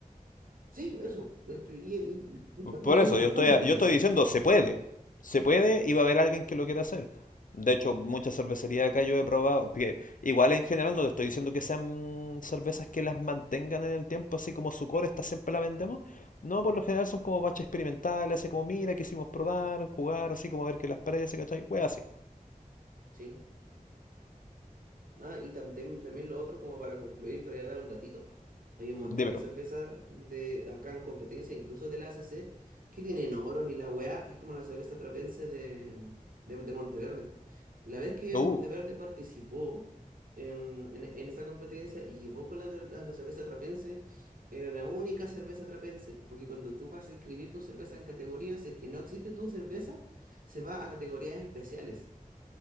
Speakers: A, on the right; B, on the left.
A: Sí, eso. Esto- Y, y, y- y tanto
B: Por
A: que
B: eso,
A: tengo razón,
B: yo estoy,
A: maldita
B: yo estoy
A: sea.
B: diciendo, se puede. Se puede y va a haber alguien que lo quiera hacer. De hecho, muchas cervecerías acá yo he probado, que igual en general no te estoy diciendo que sean cervezas que las mantengan en el tiempo, así como su core, esta siempre la vendemos. No, por lo general son como baches experimentales, así como mira, quisimos probar, jugar, así como ver qué las parece, ¿cachai? Wea así.
A: Sí. Ah, y también, también lo otro, como para concluir, te voy a dar un datito. Hay un montón
B: Dímelo.
A: de cervezas de acá en competencia, incluso de la ACC, que tienen oros y la weá es como la cerveza trapense de, de, de Monteverde. La vez que
B: Uh,
A: Monteverde participó en, en, en esa competencia y llevó con la, de- la, la cerveza trapense, era la única cerveza trapense, porque cuando tú vas a inscribir tu cerveza en categorías, si es que no existe tu cerveza, se va a categorías especiales.